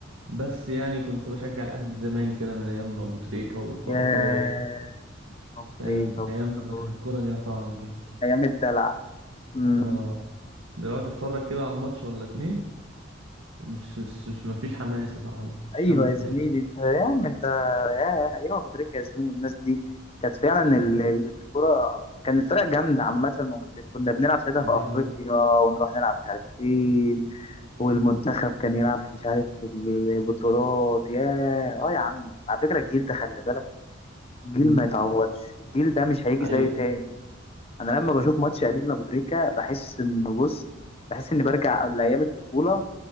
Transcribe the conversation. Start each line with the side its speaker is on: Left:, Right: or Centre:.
Right: بس يعني كنت بشجع الأهلي زمان كده من أيام أبو تريكة وبركات
Left: ياه
Right: و-
Left: أبو تريكة
Right: فاهم
Left: أبو
Right: أيام لما
Left: تريكة.
Right: كان الكورة ليها طعم كده
Left: أيام الدلع امم
Right: اه دلوقتي اتفرج كده على الماتش ولا اتنين مش مش, مش مفيش حماس يا صاحبي مفيش
Left: أيوه
Right: حماس زي
Left: يا زميلي
Right: ده
Left: أنت يا عم أنت ياه أيام أبو تريكة يا زميلي والناس دي كانت فعلا
Right: أمم،
Left: ال- ال- الكورة كان الفرق جامدة عامة وكنا بنلعب ساعتها في
Right: دي
Left: أفريقيا
Right: حقيقة
Left: ونروح نلعب مش عارف فين والمنتخب كان يلعب في مش عارف في البطولات ياه اه يا عم على فكرة الجيل ده خلي بالك جيل
Right: أمم،
Left: ما يتعوضش الجيل ده مش هيجي
Right: حقيقة
Left: زيه تاني
Right: حصل.
Left: انا لما بشوف ماتش قديم لابوتريكا بحس انه بص بحس اني برجع لايام الطفولة